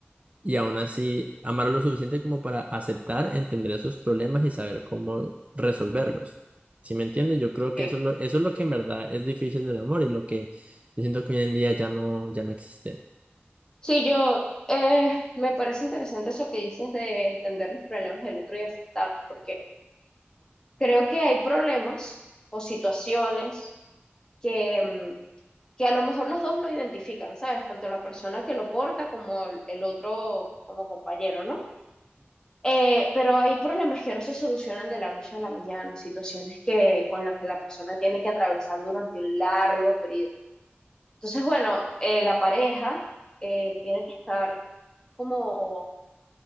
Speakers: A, on the right; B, on the left.
A: y aún así amarlo lo suficiente como para aceptar, entender esos problemas y saber cómo resolverlos. ¿Sí me entiendes? Yo creo que
B: Sí,
A: eso es lo, eso es lo que en verdad es difícil del amor y lo que yo siento que hoy en día ya no, ya no existe.
B: Sí, yo eh, me parece interesante eso que dices de entender los problemas del otro y aceptarlos, porque creo que hay problemas o situaciones que, mm, que a lo mejor los dos lo identifican, ¿sabes? Tanto la persona que lo porta como el, el otro como compañero, ¿no? Eh, pero hay problemas que no se solucionan de la noche a la mañana, situaciones que con las que la persona tiene que atravesar durante un largo periodo. Entonces, bueno, eh, la pareja eh, tiene que estar como